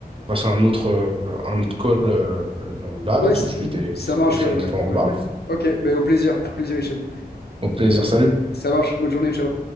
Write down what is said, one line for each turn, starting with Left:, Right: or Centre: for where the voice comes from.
Right: fasse un autre euh, un autre call euh, dans- là
Left: ouais,
Right: là tout
Left: c-
Right: de suite et,
Left: ça marche,
Right: et puis
Left: ouais, ouais,
Right: on peut en reparler.
Left: ouais. Ok, mais au plaisir, au plaisir, Hichem.
Right: Au plaisir, salut.
Left: Ça marche, bonne journée, ciao.